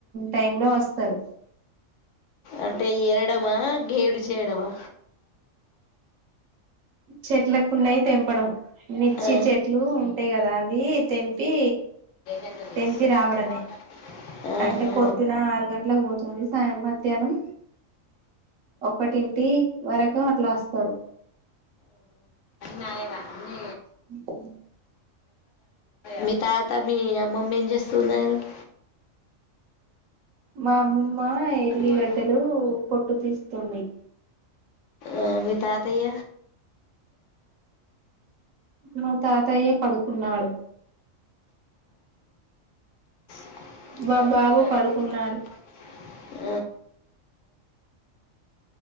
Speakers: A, on the right; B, on the left.
A: టైమ్ లో వస్తారు
B: అంటే ఎరడమా గేడుచ ఏడమా
A: చెట్లకున్నాయి తెంపడం మిర్చి
B: ఆ,
A: చెట్లు ఉంటాయి కదా అవి తెంపి
B: <inaudible>
A: తెంపి రావడమే
B: ఆహా.
A: అంటే పొద్దున ఆరు గంటలకు పోతుంది సాయం మధ్యాహ్నం ఒకటింటి వరకు అట్లా వస్తారు
B: నాలేగా అ
A: <inaudible>
B: మీ తాత మీ అమ్మమ్మ ఏం చేస్తున్నారు <inaudible>
A: మా అమ్మమ్మ ఎల్లిగడ్డలు
B: మరి
A: పట్టు తీస్తుంది
B: ఆ తాతయ
A: మా తాతయ్యే పడుకున్నాడు
B: <inaudible>
A: మా బాబు పడుకున్నాడు
B: <inaudible>